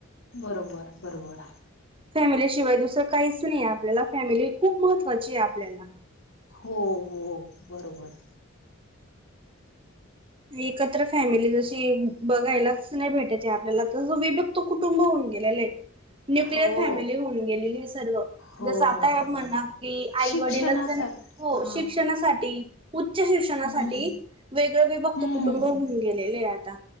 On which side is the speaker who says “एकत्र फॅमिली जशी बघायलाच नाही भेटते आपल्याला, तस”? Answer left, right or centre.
Right